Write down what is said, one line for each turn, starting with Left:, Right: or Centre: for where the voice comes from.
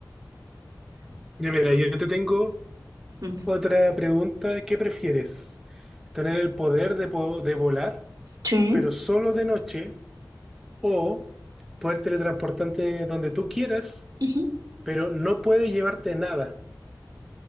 Centre: Ya mira, yo te tengo
Right: Mm.
Centre: otra pregunta. ¿Qué prefieres? ¿Tener el poder de, po- de volar,
Right: Sí.
Centre: pero solo de noche? ¿O poder teletransportarte donde tú quieras,
Right: ujú.
Centre: pero no puedes llevarte nada?